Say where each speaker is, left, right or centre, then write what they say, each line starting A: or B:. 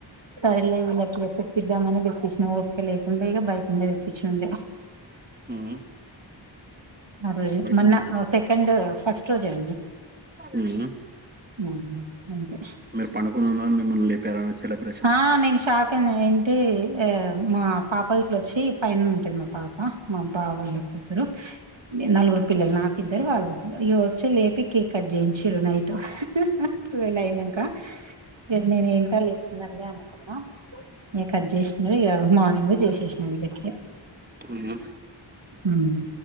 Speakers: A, on the right (about 70°); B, on the right (about 20°).
A: సరేలే వీళ్ళకి తెద్దామని తెప్పించినా ఓపిక లేకుండా ఇక బయటినుండే తెప్పించా నండి.
B: మ్
A: ఆ రోజు మొన్న
B: నుండి వచ్చేది.
A: సెకండ్ ఫస్ట్ రోజే అండి
B: ఉమ్,
A: ఆ అంతే
B: మీరు పడుకొని ఉన్నారు మిమ్మల్ని లేపారా సెలబ్రేషన్స్ కి
A: ఆ నేను షాక్ అయినా ఏంటి మా పాప ఇట్లో వచ్చి పైన ఉంటాది మా పాప మా బావోళ్ళు కూతురు నలుగురు పిల్లలు నాకు ఇద్దరు వాళ్ళు ఇ వచ్చి లేపి కేక్ కట్ చేయించారు నైట్ ట్వల్ అయినాక మీరు నేను ఏంటో లేస్తున్నారుగా అనుకున్నా నేను కట్ చేసినది ఇ మార్నింగ్ చేసేసినా వీళ్ళకి
B: మ్ హు
A: మ్